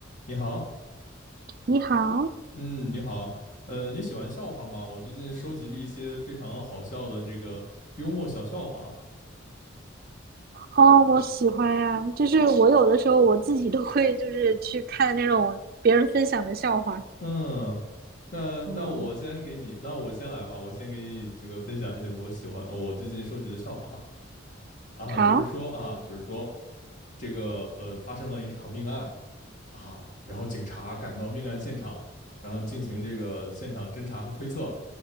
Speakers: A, on the left; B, on the right.
A: 你好，
B: 你好，
A: 嗯，你好，呃，你喜欢笑话吗？我最近收集了一些非常好笑的这个幽默小笑话，
B: 哦，我喜欢呀、就是我有的时候我自己都会就是去看那种别人分享的笑话，
A: 嗯，那那我先给你，
B: 嗯，
A: 那我先来吧，我先给你这个分享一些我喜欢，我最近收集的笑话啊，
B: 好，
A: 就是说啊，就是说这个呃，发生了一场命案，啊，然后警察赶到命案现场，然后进行这个现场侦查和推测，